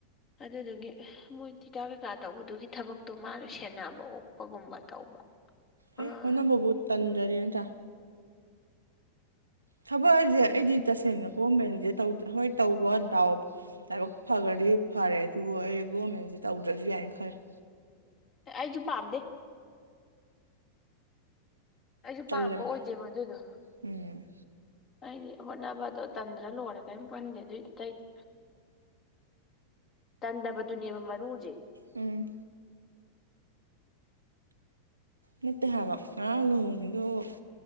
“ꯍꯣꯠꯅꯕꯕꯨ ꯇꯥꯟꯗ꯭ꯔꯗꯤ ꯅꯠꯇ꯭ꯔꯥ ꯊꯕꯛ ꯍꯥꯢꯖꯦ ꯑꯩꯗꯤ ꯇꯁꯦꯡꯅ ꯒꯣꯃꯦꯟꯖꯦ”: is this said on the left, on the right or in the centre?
Right